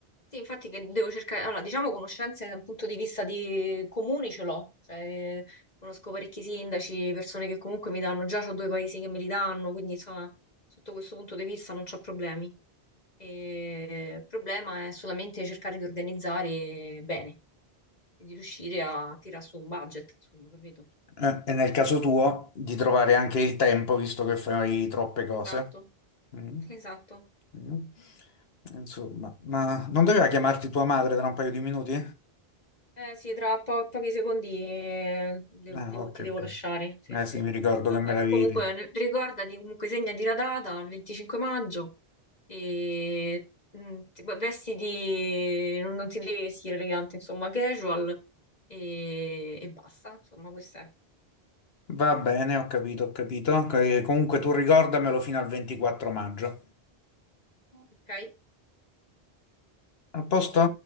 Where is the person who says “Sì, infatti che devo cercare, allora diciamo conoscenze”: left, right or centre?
Left